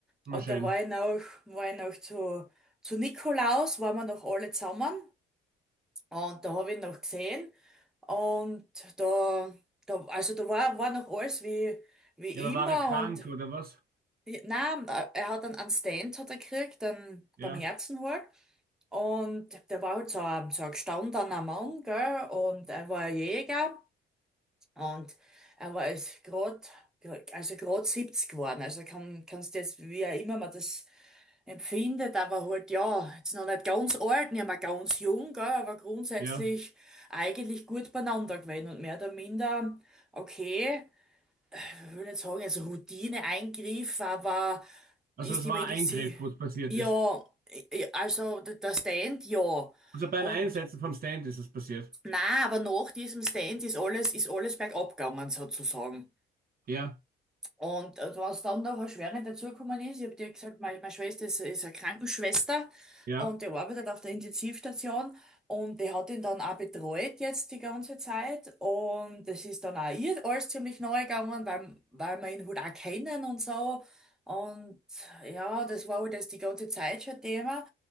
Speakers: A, on the right; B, in the centre.
A: Mal
B: und
A: schön.
B: da war ich noch, war ich noch zu, zu Nikolaus, waren wir noch alle zusammen. Und da habe ich ihn noch gesehen und da, da also da war, war noch alles wie, wie
A: Ja, aber
B: immer
A: war er krank
B: und
A: oder was?
B: nein, äh, er hat einen, einen Stand hat er gekriegt, einen,
A: Ja,
B: beim Herzen halt. Und der war halt so ein, so ein gestandener Mann, gell, und er war ein Jäger. Und er war jetzt grad, also grad 70 geworden. Also kann, kannst du jetzt, wie auch immer man das empfindet, aber halt, ja, jetzt noch nicht ganz alt, nicht mehr ganz jung, gell, aber grundsätzlich
A: ja.
B: eigentlich gut beieinander gewesen und mehr oder minder, okay, ich will nicht sagen, also Routineeingriff, aber
A: Also
B: ist
A: es
B: die
A: war
B: Medizin,
A: ein Eingriff, wo es passiert
B: ja,
A: ist.
B: ja, also d- der Stand, ja.
A: Also beim
B: Und,
A: Einsetzen vom Stand ist es passiert.
B: na, aber nach diesem Stand ist alles, ist alles bergab gegangen, sozusagen.
A: Ja,
B: Und äh, was dann noch erschwerend dazugekommen ist, ich habe dir gesagt, meine, meine Schwester ist, ist eine Krankenschwester
A: ja.
B: und die arbeitet auf der Intensivstation und die hat ihn dann auch betreut jetzt die ganze Zeit und das ist dann auch ihr alles ziemlich neu gegangen, weil, weil wir ihn halt auch kennen und so. Und ja, das war halt das die ganze Zeit schon Thema.